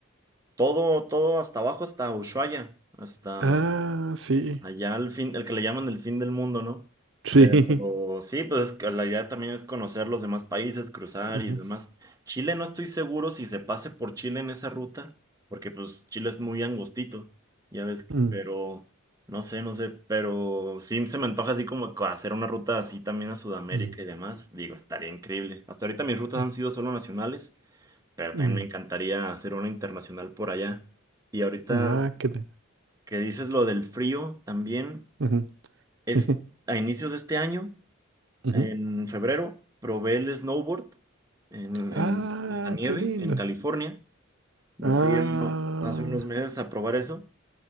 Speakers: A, on the right; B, on the right.
A: todo, todo hasta abajo, hasta Ushuaia, hasta
B: Ah, sí.
A: allá
B: <laughs>
A: al fin, el que le llaman el fin del mundo, ¿no?
B: Sí.
A: Pero sí, pues es que la idea también es conocer los demás países, cruzar
B: ujú,
A: y demás. Chile no estoy seguro si se pase por Chile en esa ruta, porque pues Chile es muy angostito, ya ves,
B: mm, mm,
A: pero no sé, no sé, pero sí se me antoja así como co- hacer una ruta así también a Sudamérica
B: mm, mm,
A: y demás. Digo, estaría increíble. Hasta ahorita mis rutas
B: eh,
A: han sido solo nacionales pero
B: mm,
A: también me encantaría hacer una internacional por allá. Y ahorita
B: Ah, qué lindo.
A: que dices lo del frío, también
B: ujú,
A: es
B: <laughs> jeje,
A: a inicios de este año,
B: ujú.
A: en febrero, probé el snowboard en,
B: Ah,
A: en la nieve
B: qué lindo.
A: en California. Me
B: Ah.
A: fui a- hace unos meses a probar eso